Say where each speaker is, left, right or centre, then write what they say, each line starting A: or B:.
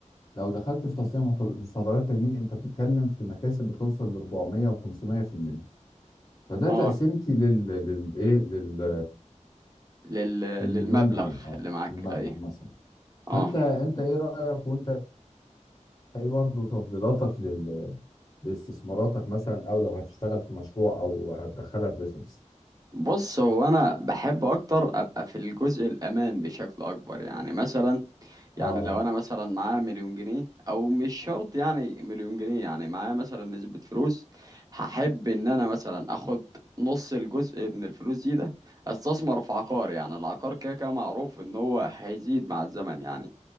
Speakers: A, on the left (about 30°); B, on the right (about 30°).
A: لو دخلت في تصنيع محت- مستحضرات التجميل انت بتتكلم في مكاسب بتوصل ل 400 و500% فده
B: اه
A: تقسيمتي لل لل ايه لل
B: لل...
A: للمليون
B: للمبلغ
A: جنيه اه
B: اللي معاك
A: للمبلغ
B: ايوه
A: مثلا
B: اه
A: فانت انت ايه رايك وانت ايه برضه تفضيلاتك لل... لاستثماراتك مثلا او لو هتشتغل في مشروع او هتدخلها في بيزنس
B: بص هو انا بحب اكتر ابقى في الجزء الامان بشكل اكبر يعني مثلا
A: اه
B: يعني لو انا مثلا معايا مليون جنيه او مش شرط يعني مليون جنيه يعني معايا مثلا نسبة فلوس هحب ان انا مثلا اخد نص الجزء من الفلوس دي ده استثمر في عقار يعني العقار كده كده معروف ان هو هيزيد مع الزمن يعني